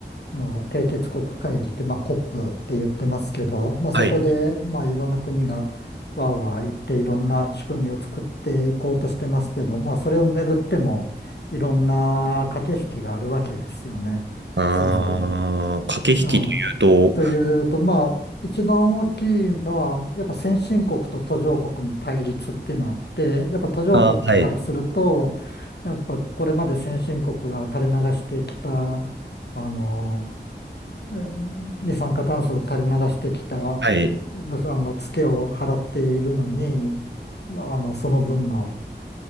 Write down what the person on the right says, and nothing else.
はい。
ああ駆け引きというと、
あー、はい。
はい。